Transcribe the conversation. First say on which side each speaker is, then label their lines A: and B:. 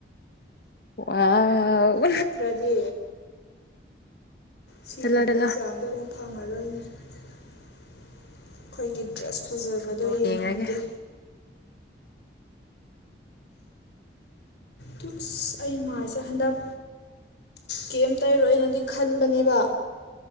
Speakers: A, on the left; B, on the left.
A: ꯋꯥꯎ
B: ꯁꯠꯇ꯭ꯔꯗꯤ ꯁꯤꯒꯨꯝꯕ
A: ꯆꯠꯂꯣ ꯆꯠꯂꯣ
B: ꯆꯥꯟꯁ ꯑꯃꯨꯛ ꯐꯪꯉꯔꯣꯏꯅꯤ ꯑꯩꯈꯣꯏꯒꯤ ꯗ꯭ꯔꯦꯁ ꯐꯖꯕꯗꯣ
A: ꯐꯣꯇꯣ
B: ꯌꯦꯡꯍꯟꯒꯦ
A: ꯌꯦꯡꯉꯒꯦ
B: ꯇꯨ ꯑꯩ ꯃꯥꯏꯁꯦ ꯍꯟꯗꯛ ꯀꯦꯝꯇ ꯇꯩꯔꯣꯏ ꯅꯗꯤ ꯈꯟꯕꯅꯦꯕ